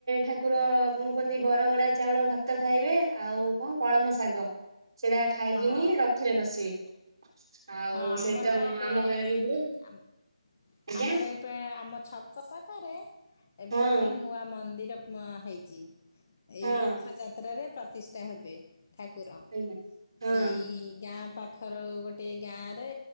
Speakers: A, on the right (about 45°); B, on the left (about 20°).
A: ଠାକୁର କ କହନ୍ତି ବରଗଡ଼ା ଚାଉଳ ଭାତ ଖାଇବେ ଆଉ କ କଣ୍ କଳମ ଶାଗ ସେଟା ଖାଇକିନି
B: ହଁ ହଁ
A: ରଥରେ ବସିବେ ଆଉ
B: ହଁ ଆମର
A: ସେଇତ
B: ପା ଏବେ
A: ଆମ ଗାଁରେ
B: ସେମତି
A: ବି ହୁଏ
B: ଆମ୍
A: ଆଜ୍ଞା
B: ଆମର ଏଇପା ଆମ ଛକ ପାଖରେ ଏବେ
A: ହଁ
B: ଗୋଟେ ନୂଆ ମନ୍ଦିର ମୁଆ ହେଇଛି ଏଇ
A: ହଁ
B: ରଥ ଯାତ୍ରାରେ ପ୍ରତିଷ୍ଠା ହେବେ। ଠାକୁର
A: ଆଜ୍ଞା। ହଁ
B: ସେଇ ଗାଁ ପାଖର ଗୋଟ୍ ଟେ ଗାଁ ରେ